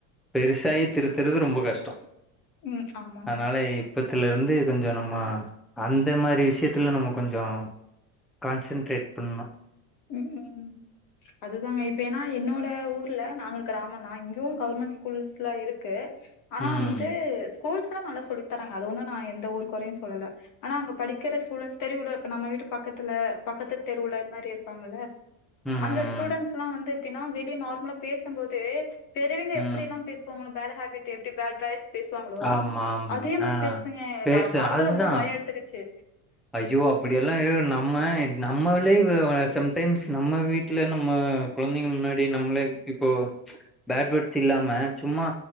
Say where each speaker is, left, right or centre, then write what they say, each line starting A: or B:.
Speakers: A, in the centre; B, on the left (about 50°).
A: பெருசாயி திருத்துறது ரொம்ப கஷ்டோ
B: ம் ஆமாங்க
A: அனால இ இப்பத்துல இருந்து கொஞ்ச நம்ம அந்த மாரி விஷயத்துல நம்ம கொஞ்சோ கான்சென்ட்ரேட் பண்ணு
B: ம் ம் அதுதாங்க இப்ப ஏனா என்னோட ஊர்ல நாங்க கிராமந்தா இங்கவு கவுர்மெண்ட் ஸ்கூல்ஸ்லா இருக்கு ஆனா
A: ம்
B: வந்து ஸ்கூல்ஸ்லா நல்லா சொல்லி தராங்க அது ஒன்னு நா எந்த ஒரு கொறையு சொல்லல ஆனா அங்க படிக்கிற ஸ்டுடென்ட்ஸ் தெரியுல்ல இப்ப நம்ம வீட்டு பக்கத்துல பக்கத்து தெருவுல இது மாரி இருப்பாங்கள
A: ம் ம்
B: அந்த ஸ்டூடெண்ஸ்லா வந்து எப்டின்னா வெளிய நார்மலா பேசும்போது பெரியவங்க எப்படிலா
A: ம்
B: பேசுவாங்களோ பேட் ஹேபிட் எப்டி பேட் வைஸ் பேசுவாங்களோ
A: ஆமா ஆமா
B: அதே மாரி
A: ஆ
B: பேசுதுங்க எனக்கு
A: பேச
B: அத பாத்தா
A: அதுதா
B: ரொம்ப பயோ எடுத்துகுச்சு
A: ஐயோ அப்படியல்லா இரு நம்ம நம்மளே சம்டைம்ஸ் நம்ம வீட்ல நம்ம குழந்தைங்க முன்னாடி நம்மளே இப்போ பேர்ட் வேர்ட்ஸ் இல்லாம சும்மா